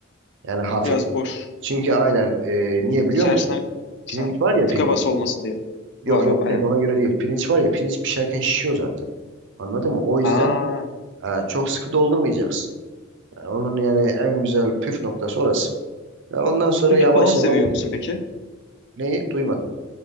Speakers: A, on the right; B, on the left.
A: Yani hafif.
B: Biraz boş.
A: Çünkü aynen e, niye biliyor
B: içerisine
A: musun?
B: sen
A: Pirinç var ya
B: tıka
A: pirinç.
B: bas olmasın diye.
A: Yok
B: Var
A: yok
B: var aynen.
A: tek ona göre değil. Pirinç var ya pirinç pişerken şişiyor zaten. Anladın mı? O yüzden
B: Aa,
A: e, çok sıkı doldurmayacaksın. Yani onun yani en güzel püf noktası orası. Ve ondan sonra
B: sushi
A: yavaş
B: falan seviyor
A: yavaş
B: musun peki?
A: neyi duymadım.